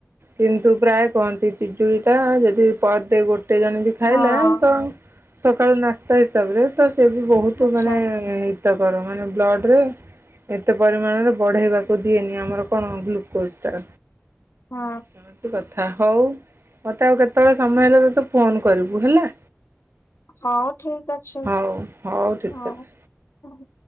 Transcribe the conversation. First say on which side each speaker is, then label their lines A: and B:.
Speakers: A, on the right; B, on the left.
A: କିନ୍ତୁ ପ୍ରାୟ କହନ୍ତି ପିଜୁଳିଟା ଯଦି ପର ଡେ ଗୋଟେ ଜଣ ବି ଖାଇଲା
B: ହଁ
A: ତ ସକାଳୁ ନାସ୍ତା ହିସାବରେ ତ ସେ ବି ବହୁତ
B: ଆଚ୍ଛା
A: ମାନେ ତକର ମାନେ ବ୍ଲଡ଼୍ ରେ ଏତେ ପରିମାଣରେ ବଢ଼େଇବାକୁ ଦିଏନି ଆମର କଣ ଗ୍ଲୁକୋଜ ଟା।
B: ହଁ।
A: କୌଣସି କଥା ହଉ ମତେ ଆଉ କେତଳେ ସମୟ ହେଲା ତତେ ଫୋନ୍ କରିବୁ ହେଲା।
B: ହଉ ଠିକ୍ ଅଛି
A: ହଉ ହଉ ଠିକ୍
B: ହଁ।
A: ଅଛି।